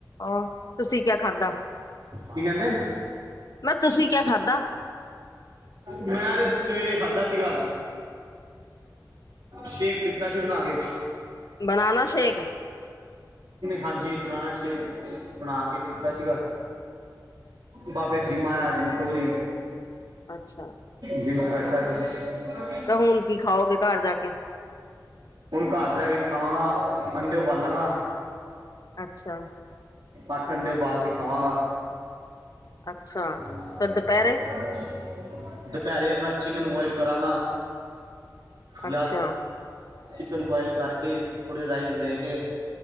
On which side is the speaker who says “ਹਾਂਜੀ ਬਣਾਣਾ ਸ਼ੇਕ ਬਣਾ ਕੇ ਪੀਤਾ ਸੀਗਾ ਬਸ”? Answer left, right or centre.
Right